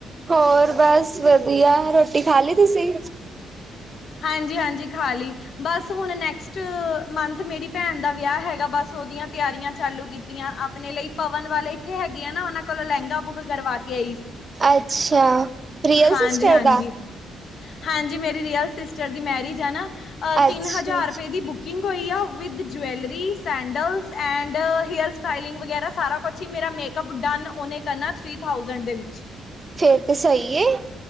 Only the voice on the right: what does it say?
ਹੋਰ ਬੱਸ ਵਧੀਆ। ਰੋਟੀ ਖਾ ਲਈ ਤੁਸੀ?
ਅੱਛਾ। ਰੀਅਲ
ਸਿਸਟਰ
ਦਾ
ਅੱਛਾ
ਫੇਰ ਤੇ ਸਈ ਏ।